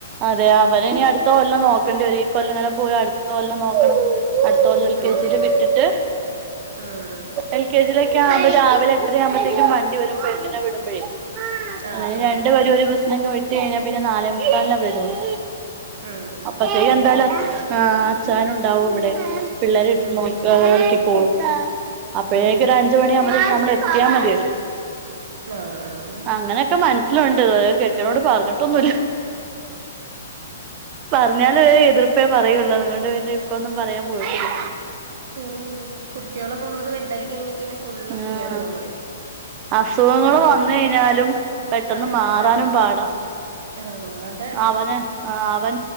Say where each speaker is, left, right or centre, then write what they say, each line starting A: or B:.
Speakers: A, on the right; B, on the right.
A: അതെ അവര് ഇനി അടുത്ത കൊല്ലം നോക്കണ്ടി വരും ഇകൊല്ലം അങ്ങനെ പോയി അടുത്ത കൊല്ലം നോക്കണം അടുത്ത കൊല്ലം എൽ കെ
B: ഉം
A: ജിൽ
B: ഉം
A: വിട്ടിട്ട്
B: ഉം
A: എൽ കെ ജിയിലൊക്കെ ആവു മ്പോൾ രാവിലെ എട്ടര ആവുമ്പോത്തേക്കും വണ്ടി വരും പെണ്ണിനെ വിടുമ്പോഴെ
B: ആഹ്
A: അങ്ങനെ
B: ആഹ്
A: രണ്ടു പേരെ ഒരു ബസ്സിനങ് വിട്ടഴിഞ്ഞാൽ പിന്നെ നാലേ മുക്കാലിനെ വരള്ളൂ
B: ഉം ഉം
A: അപ്പത്തേക്ക്
B: അപ്പൊ
A: എന്തായാലും
B: പിന്നെ കൊഴപ്പില്ലല്ലോ
A: ആ അച്ചായൻ ഉണ്ടാവും ഇവിടെ
B: ഉം
A: പിള്ളേര് ഇട്ട്
B: ഉം
A: നോക്കി
B: ഉം
A: കോളും അപ്പോഴേക്ക്
B: ഉം
A: ഒരു അഞ്ചുണി ആവു മ്പതേക്കും നമ്മൾ എത്തിയാ മതിയല്ലോ
B: ആഹ് ആഹ്
A: അങ്ങനെ ക്കെ മനസ്സിലുണ്ട് കെട്ടിനോട് പറഞ്ഞിട്ടൊന്നുമില്ല പറഞ്ഞാല് ഒര് എതിർപ്പേ പറയുള്ളൂ അതുകൊണ്ട് പിന്നെ ഇപ്പൊന്നും പറയാൻ പോയിട്ടില്ല
B: ഉ കുട്ടികളൊക്കെ ഒന്നുകുടി വലുതായി കഴിഞ്ഞാ പിന്നെ ഫുള്ള് ഫ്രീ
A: ആഹ്
B: ആണ് നമ്മള്
A: അസുഖങ്ങള്
B: രാവിലെ
A: വന്നഴിഞ്ഞാലും പെട്ടെന്ന്
B: ആഹ്
A: മാറാനും
B: അതാ എടങ്ങേറ്
A: പാടാ
B: ആഹ് അഹ്അതാണ്
A: അവന് ആഹ് അവൻ